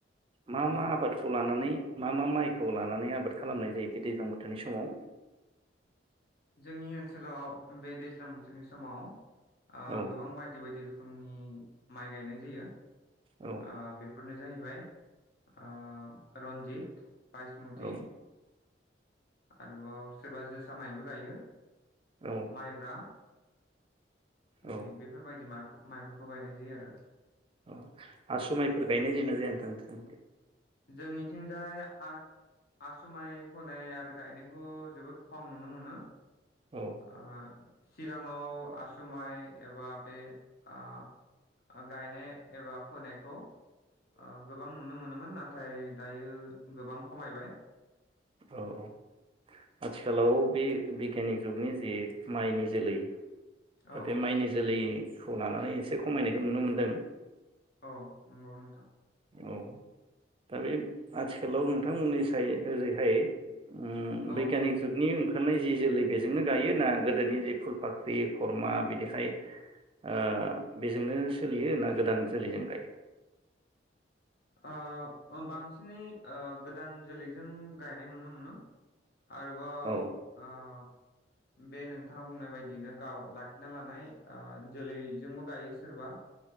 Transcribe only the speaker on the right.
मा मा
आबादखौ लाना नै मा मा माइखौ लानानै आबाद खालामनाय जायो बे दैज्लां बोथोरनि समाव?
औ
औ
औ
औ
औ
अ आसु मायफोर गायनाय जायो ना जाया नोथां?
औ
औ औ आथिखालाव बे बिगियानिक जुगनि जे माइनि जोलै दा
बे माइनि जोलै सु लानानै एसे खमायनायखौ नुनो मोन्दों।
औ दा बे आथिखालाव नोंथांमोननि साइद ओरैहाय। उम
बैगियानिक जुगनि मोननाय जि जोलै बेजोंनो गायो ना? गोदोनि जि फुल फाख्रि खरमा बिदिहाय ओं बेजोंनो सोलियो ना गोदान जोलैजों गायो?
औ